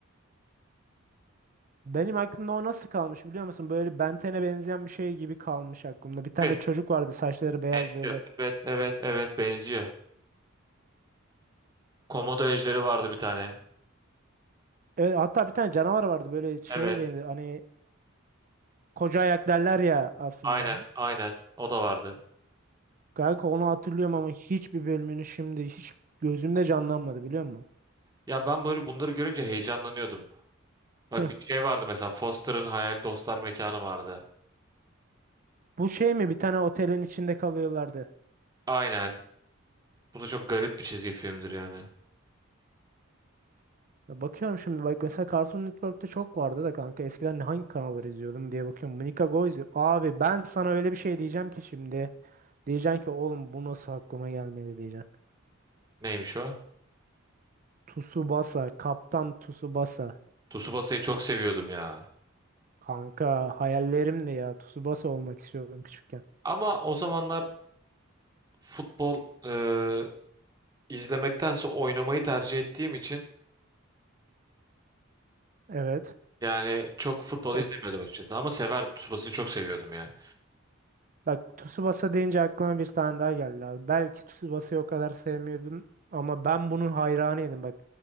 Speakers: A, on the right (about 40°); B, on the right (about 20°).
A: Benim aklımda o nasıl kalmış biliyor musun? Böyle Ben 10'e benzeyen bir şey gibi kalmış aklımda. Bir tane
B: Bir-
A: çocuk vardı saçları beyaz
B: Benziyor.
A: böyle.
B: Evet evet evet benziyor. Komodo ejderi vardı bir tane.
A: Evet, hatta bir tane canavar vardı böyle şeye
B: Evet
A: benziyor. Hani koca ayak derler ya aslında.
B: aynen aynen o da vardı.
A: Kanka onu hatırlıyorum ama hiçbir bölümünü şimdi hiç gözümde canlanmadı biliyor musun?
B: Ya ben böyle bunları görünce heyecanlanıyordum. Bak
A: <laughs>
B: bir şey vardı mesela Foster'ın Hayal Dostlar Mekanı vardı.
A: Bu şey mi? Bir tane otelin içinde kalıyorlardı.
B: Aynen. Bu da çok garip bir çizgi filmdir yani.
A: Ya Bakıyorum şimdi bak mesela Cartoon Network'te çok vardı da kanka eskiden hangi kanalları izliyordum diye bakıyorum. Monica Go izliyorum. Abi ben sana öyle bir şey diyeceğim ki şimdi. Diyeceksin ki oğlum bu nasıl aklıma gelmedi diyeceksin.
B: Neymiş o?
A: Tsubasa, Kaptan Tsubasa.
B: Tsubasa'yı çok seviyordum ya.
A: Kanka hayallerimdi ya. Tsubasa olmak istiyordum küçükken.
B: Ama o zamanlar futbol e, izlemektense oynamayı tercih ettiğim için
A: Evet.
B: yani çok futbol
A: Çok
B: izlemiyordum açıkçası. Ama severdim. Tsubasa'yı çok seviyordum ya.
A: bak Tsubasa deyince aklıma bir tane daha geldi abi. Belki Tsubasa'yı o kadar sevmiyordum ama ben bunun hayranıydım bak.